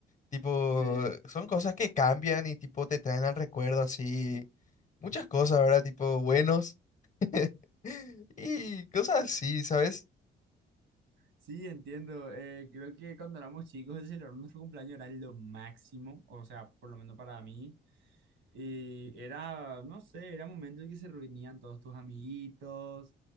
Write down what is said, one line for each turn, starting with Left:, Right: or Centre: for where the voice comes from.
Left: Tipo,
Right: Sí,
Left: son cosas que cambian y, tipo, te traen al recuerdo, así, muchas cosas, ¿verdad? Tipo, buenos <laughs> y cosas así, ¿sabes?
Right: sí, entiendo. Eh, creo que cuando éramos chicos, el celebrar nuestro cumpleaños era lo máximo, o sea, por lo menos para mí. Y era, no sé, era momento en que se reunían todos tus amiguitos.